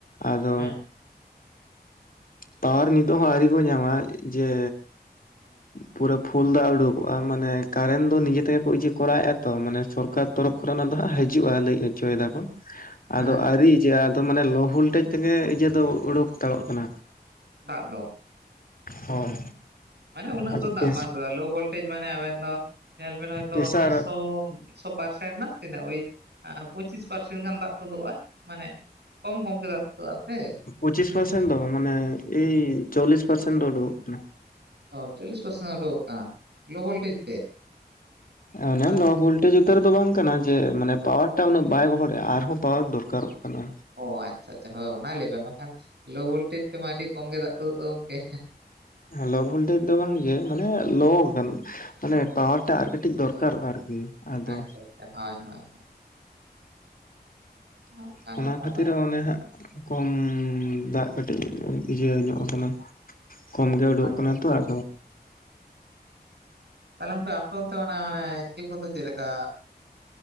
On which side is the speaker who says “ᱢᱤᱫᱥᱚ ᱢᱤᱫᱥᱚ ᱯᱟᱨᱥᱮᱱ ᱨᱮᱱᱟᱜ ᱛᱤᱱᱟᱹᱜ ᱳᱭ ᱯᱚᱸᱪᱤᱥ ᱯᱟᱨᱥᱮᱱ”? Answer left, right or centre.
Right